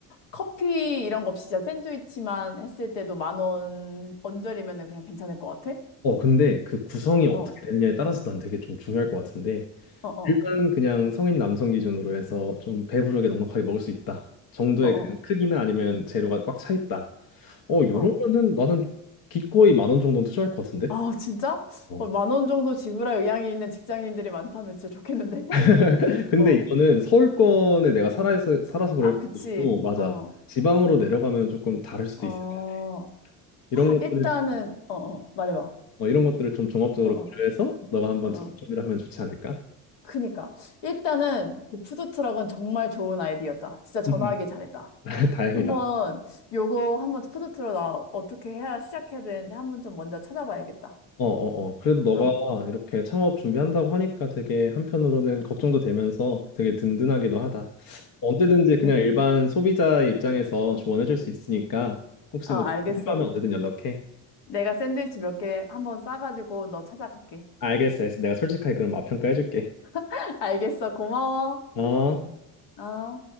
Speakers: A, on the left; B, on the left.
A: 커피 이런 거 없이 진짜 샌드위치만 했을 때도 만 원 언저리면은 그냥 괜찮을 것 같아?
B: 어, 근데 그 구성이 어떻게
A: 어,
B: 되느냐에 따라서 난 되게 좀 중요할 것 같은데
A: 어, 어,
B: 일반 그냥 성인 남성 기준으로 해서 좀 배부르게 넉넉하게 먹을 수 있다 정도의
A: 어, 어,
B: 그냥 크기나 아니면 재료가 꽉 차 있다. 어, 요런
A: 어.
B: 거는 나는 기꺼이 만 원 정도는 투자할 것 같은데.
A: 아, 진짜?
B: 어.
A: 어, 만 원 정도 지불할 의향이 있는 직장인들이 많다면 진짜 좋겠는데? <laughs>
B: <laughs> 근데
A: 어,
B: 이거는 서울권에 내가 살아서 살아서 그럴
A: 아,
B: 수도
A: 그치.
B: 있고 맞아.
A: 어,
B: 지방으로 내려가면 조금 다를 수도
A: 어.
B: 있을 것 같아. 이런
A: 하,
B: 것들을
A: 일단은, 어, 어, 말해봐.
B: 어, 이런 것들을 좀 종합적으로
A: 어, 어,
B: 고려해서 너가 한번
A: 어, 어.
B: 작업 준비를 하면 좋지 않을까?
A: 그니까. 일단은 그 푸드트럭은 정말 좋은 아이디어다. 진짜 전화하길
B: 음.
A: 잘했다.
B: <laughs> 다행이다.
A: 한번 요거 한번 푸드트럭 나 어떻게 해야 시작해야 되는지 한번 좀 먼저 찾아봐야겠다.
B: 어, 어, 어. 그래도 너가
A: 어,
B: 이렇게 창업 준비한다고 하니까 되게 한편으로는 걱정도 되면서 되게 든든하기도 하다. 언제든지 그냥
A: 음,
B: 일반 소비자의 입장에서 조언해줄 수 있으니까 혹시
A: 어,
B: 뭐
A: 알겠어.
B: 필요하면 언제든 연락해.
A: 내가 샌드위치 몇 개 한번 싸가지고 너 찾아갈게.
B: 알겠어, 알겠어. 내가 솔직하게 그럼 맛 평가해줄게.
A: <laughs> 알겠어. 고마워.
B: 어.
A: 어.